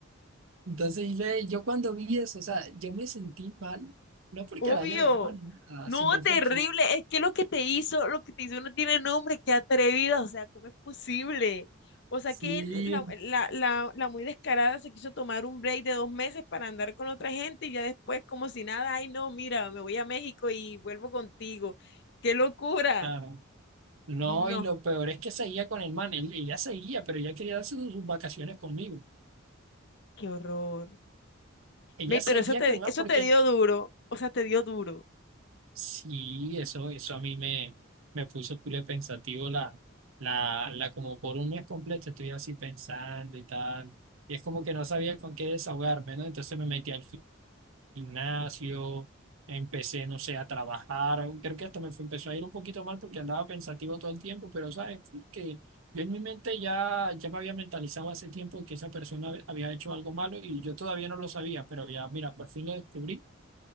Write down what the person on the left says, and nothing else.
Obvio.
No,
terrible.
Es que lo que te hizo, lo que te hizo no tiene nombre. Qué atrevida. O sea, ¿cómo es posible? O sea,
que la, la, la, la muy descarada se quiso tomar un break de dos meses para andar con otra gente y ya después, como si nada, ay, no, mira, me voy a México y vuelvo contigo. ¡Qué locura!
No,
qué horror.
Ve,
pero eso te,
eso
te dio duro, o sea, te dio duro.